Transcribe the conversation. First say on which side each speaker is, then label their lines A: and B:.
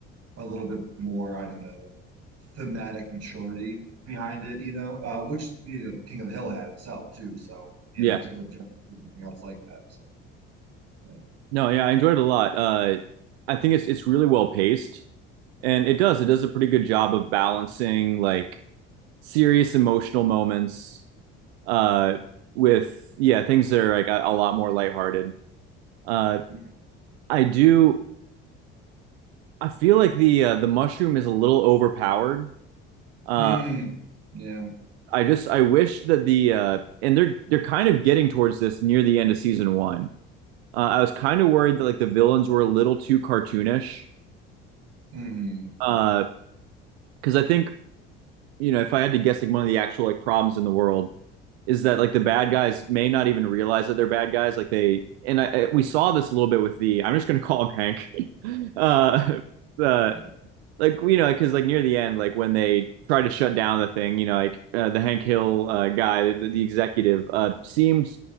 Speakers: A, on the right; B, on the right.
A: a little bit more, I don't know, thematic maturity behind it, you know, uh, which you know, King of the Hill had itself too. So yeah,
B: yeah.
A: it makes sense that just do something else like that. So yeah,
B: No, yeah, I enjoyed it a lot. Uh, I think it's it's really well paced, and it does it does a pretty good job of balancing like serious emotional moments uh, with yeah things that are like a, a lot more lighthearted. Uh,
A: yeah,
B: I do. I feel like the uh, the mushroom is a little overpowered. Uh,
A: mm, yeah,
B: I just I wish that the uh, and they're they're kind of getting towards this near the end of season one. Uh, I was kind of worried that like the villains were a little too cartoonish
A: mm,
B: because uh, I think you know if I had to guess like one of the actual like problems in the world is that like the bad guys may not even realize that they're bad guys like they and I, I- we saw this a little bit with the I'm just going to <laughs> call him Hank <laughs> uh, uh,
A: yeah,
B: like you know because like near the end like when they try to shut down the thing you know like uh, the Hank Hill uh, guy the, the executive uh seemed